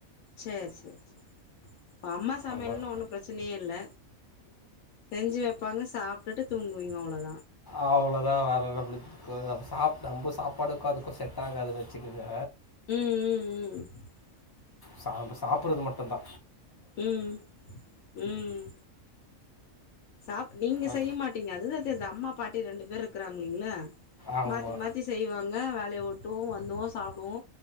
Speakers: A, on the left; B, on the left.
A: செரி செரி செரி அம்மா சமையல்ன
B: அதனால்
A: ஒண்ணு பிரச்சனையே இல்ல செஞ்சு வெப்பாங்க சாப் ப்ரடுத்துங்குவீங்ளா அவ்ளாத
B: அவ்ளோதா வேறதபுடி அதாவது நம்ம சாப்ட அம்பு சாப்பாடுக்கதுக்கு செட் ஆகாதுனு வச்சுக்குங்க
A: ம் ம் ம்
B: சாப் சாப்டறது மட்டு தா
A: ம் ம் சாப் நீங்க
B: ஆ,
A: செய்ய மாட்டீங்க அதுதா த் அம்மா பாட்டி ரெண்டு பேர் இருக்கிறாங்களிங்களா
B: ஆமா.
A: மாத்தி மாத்தி செய்வாங்க வே லே ஒட்டுவோ வந்துவோ சாப்டுவோ